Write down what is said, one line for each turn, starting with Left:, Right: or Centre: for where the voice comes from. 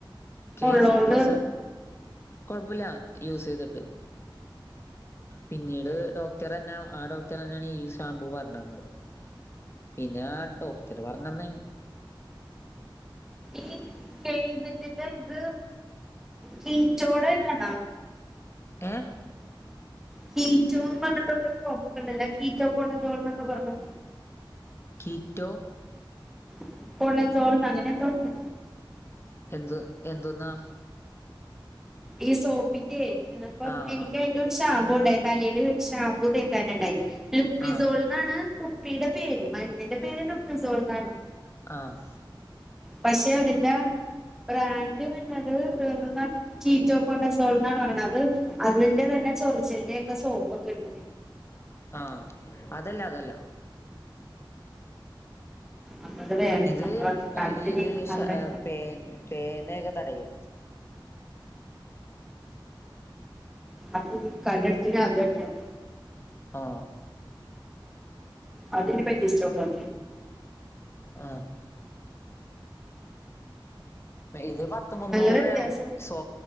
Left: കെ
Centre: ഉള്ളോണ്ട്
Left: ഇസഡ പ്ലസ് കുഴപ്പില്ല യൂസ് ചെയ്തിട്ട് പിന്നീട് ഡോക് ഉത്തര തന്നെ ആ ഡോക്ടർ തന്നെയാണ് ഈ ശാമ്പൂ പറഞ്ഞുതന്നത് പിന്നെ ഡോക്ടർ പറഞ്ഞന്ന
Centre: ഏ കേ ഇസഡിന്റെ ഇത് കീറ്റോടെ ഇതാണാ
Left: ഏ
Centre: കീറ്റോന്ന് പറഞ്ഞിട്ടുള്ളരു കോപ്പൊക്ക ഉണ്ടല്ല കീറ്റോക്കണ്ടന്തന്നൊക്കെ പറഞ്ഞു
Left: കിറ്റോ
Centre: <unintelligible> അങ്ങനെ എന്തോ പറഞ്ഞു
Left: എന്ത് എന്തന്നാ
Centre: ഈ സോപ്പിന്റെ ഇപ്പം
Left: ആഹ്
Centre: എനിക്ക്
Left: ആഹ്
Centre: അതിന്റെ ഒരു ഷാംപൂ ണ്ടായി തലേല് ഷാമ്പൂ തേക്കാന്ണ്ടായി. ലുപ്പിസോൾന്നാണ്
Left: ആഹ്
Centre: കുപ്പിയുടെ പേര്. മരുന്നിന്റെ പേര് ലുപ്പി സോൾന്നാണ്.
Left: ആഹ്
Centre: പക്ഷേ അതിന്റെ ബ്രാൻഡ് പറഞ്ഞത് എന്ത്ന്നാ കീറ്റോകോണസോൾന്നാണ് പറയണ് അത് അതിന്റെ ത ന്നെ ചൊറിച്ചിലിന്റോക്കെ സോപ്പോക്കെ ഉണ്ട്.
Left: ആ അതല്ല അതല്ല
Centre: അപ്പൊ അത് വേറെ
Left: ഇത്
Centre: അപ്പൊ ഇക്കാലത്തിന്
Left: തലേല് ഷാ
Centre: അവിടെ
Left: പേൻ പേനേയൊക്കെ തടയും.
Centre: അപ്പ കല്ലടത്തി <unintelligible>
Left: ആ
Centre: അതിനി പരീക്ഷിച്ചോക്കണം.
Left: ആ ഇത് പ ത്ത് മുന്നൂറു
Centre: നല്ല വ്യത്യാസം
Left: രൂയാവും സോ